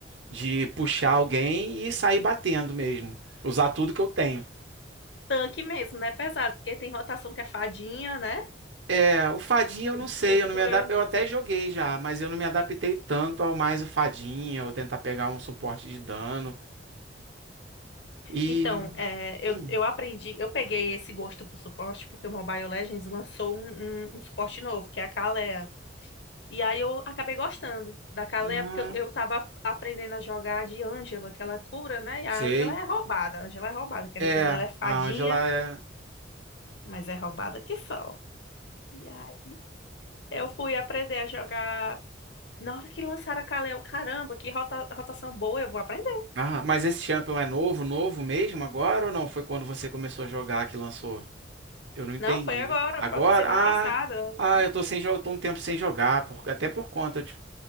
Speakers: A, on the right; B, on the left.
A: de puxar alguém e sair batendo mesmo, usar tudo que eu tenho.
B: Tanque mesmo, né? Pesado, porque tem rotação que é fadinha, né?
A: É, o Fadinha eu não
B: E de
A: sei,
B: cura.
A: eu não me adap... eu até joguei já, mas eu não me adaptei tanto ao mais o Fadinha, ou tentar pegar um suporte de dano. E.
B: Então, é, eu,
A: Hum,
B: eu aprendi, eu peguei esse gosto por suporte, porque o Mobile Legends lançou um, um, um suporte novo, que é a Kalea. E aí eu acabei gostando da Calé,
A: ah,
B: porque eu eu tava aprendendo a jogar de Ângela, que ela é cura, né? E
A: sei.
B: a Ângela é roubada, a Ângela é roubada, querendo
A: É,
B: ou não, ela é fadinha,
A: a Angela é.
B: mas é roubada que só. E aí eu fui aprender a jogar. Na hora que lançaram a Calé, eu, caramba, que rota- rotação boa, eu vou aprender.
A: Ah, mas esse champion é novo, novo mesmo agora ou não? Foi quando você começou a jogar que lançou? Eu não entendi.
B: Não, foi agora,
A: Agora?
B: foi, foi semana
A: Ah,
B: passada.
A: ah,
B: Uhum,
A: eu tô sem jogo, tô um tempo sem jogar, por... até por conta,